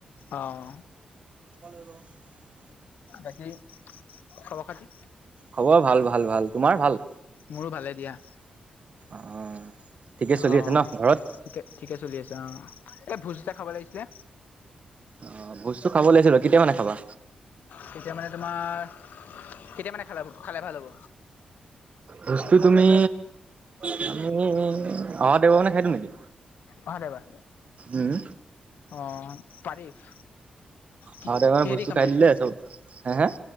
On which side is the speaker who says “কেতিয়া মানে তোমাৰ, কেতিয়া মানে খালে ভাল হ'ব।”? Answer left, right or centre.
Left